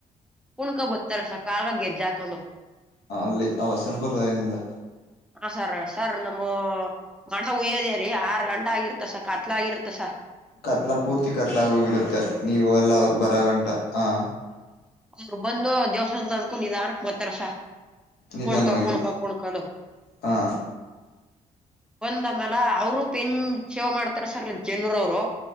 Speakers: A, in the centre; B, on the left.
A: ಕುಣಕೊ ಬತ್ತಾರಸ ಕಾಲಗ್ ಗೆಜ್ಜೆ ಹಾಕೊಂಡು.
B: ಆ ಅಲ್ಲಿ ಅವ ಸಂಪ್ರದಾಯದಿಂದ
A: ಹಾಂ ಸರ, ಸರ್ ನಮ್ಮ ಮಣ ಹಯ್ಯೋದೇರಿ ಆರು ಗಂಟ ಆಗಿರುತ್ತೆ ಸರ್, ಕತ್ಲಾಗಿರುತ್ತೆ ಸರ್.
B: ಕತ್ಲ ಪೂರ್ತಿ ಕತ್ಲಾಗೋಗಿರುತ್ತೆ ನೀವು ಎಲ್ಲ ಅವ್ರ್ ಬರೋ ಗಂಟ ಆ.
A: ಅವರು ಬಂದು ದೇವಸ್ಥಾನ್ ದೊಳಕ್ಕೂ ನಿಧಾನಕ್ ಬತ್ತಾರೆ ಸರ್.
B: ನಿಧಾನವಾಗಿ
A: ಕುಣ ಕಕುಣ್ ಕಕುಣ್ ಕಾಲು.
B: ಹಾ
A: ಒಂದ್ಆಮೇಲ ಅವರು ಪೆನ್ ಸೇವ್ ಮಾಡ್ತಾರೆ ಸರ್ ಜನರು ಅವ್ರು ಪ್ರೋ